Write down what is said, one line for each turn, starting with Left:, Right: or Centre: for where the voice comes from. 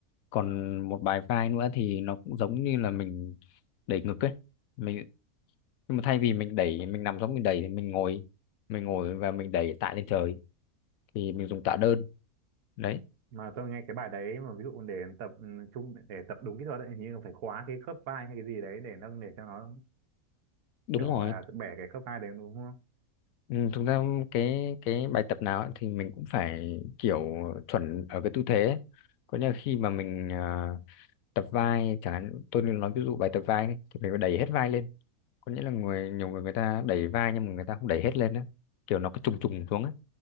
Left: còn một bài vai nữa thì nó cũng giống như là mình đẩy ngực ấy mình nhưng mà thay vì mình đẩy mình nằm giống mình đẩy thì mình ngồi mình ngồi và mình đẩy tạ lên trời thì mình dùng tạ đơn đấy
Right: mà tôi nghe cái bài đấy mà ví dụ để tập ừ, trung để tập đúng kỹ thuật ấy hình như là phải khóa cái khớp vai hay cái gì đấy để nâng để cho nó
Left: đúng
Right: kiểu gọi
Left: rồi
Right: là bẻ cái khớp vai đấy đúng không
Left: ừ, thực ra cái cái bài tập nào ấy thì mình cũng phải kiểu chuẩn ở cái tư thế ấy. có nghĩa là khi mà mình à, tập vai chẳng hạn tôi nên nói ví dụ bài tập vai đi, thì mình phải đẩy hết vai lên có nghĩa là người nhiều người người ta đẩy vai nhưng mà người ta không đẩy hết lên á kiểu nó cứ trùng trùng xuống á